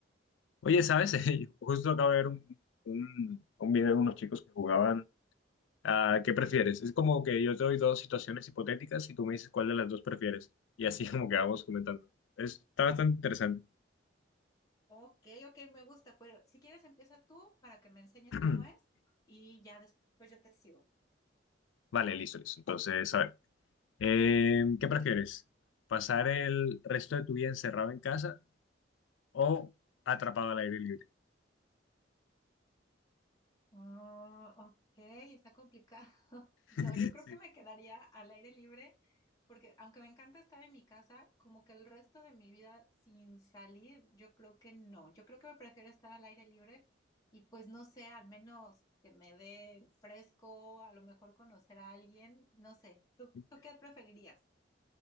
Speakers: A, on the left; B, on the left.
A: Oye, ¿sabes? <laughs> Yo justo acabo de ver un, un- un video de unos chicos que jugaban a ¿qué prefieres? Es como que yo te doy dos situaciones hipotéticas y tú me dices cuál de las dos prefieres. Y así <laughs> como que vamos comentando. Es- Está bastante interesante.
B: Ok, ok, me gusta. Pero si quieres, empieza tú para que me enseñes
A: <clears throat>
B: cómo es y ya después yo te sigo.
A: Vale, listo, listo. Entonces, a ver, eh, ¿qué prefieres? ¿Pasar el resto de tu vida encerrado en casa o atrapado al aire libre?
B: Oh, ok, está complicado. <laughs>
A: <laughs>
B: No, yo creo que me quedaría al aire libre Porque aunque me encanta estar en mi casa, como que el resto de mi vida sin salir, yo creo que no. Yo creo que me prefiero estar al aire libre y pues no sé, al menos que me dé el fresco, a lo mejor conocer a alguien, no sé. ¿Tú,
A: Sí.
B: tú qué preferirías?